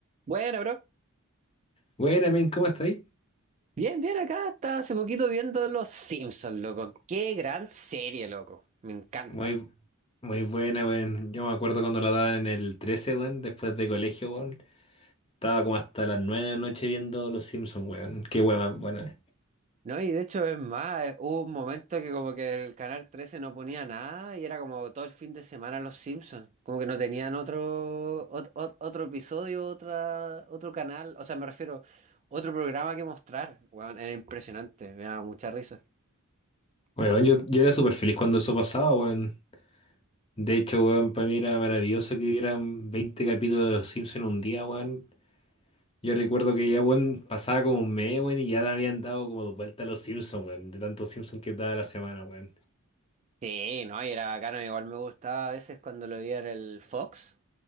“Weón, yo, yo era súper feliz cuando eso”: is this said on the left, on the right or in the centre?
Left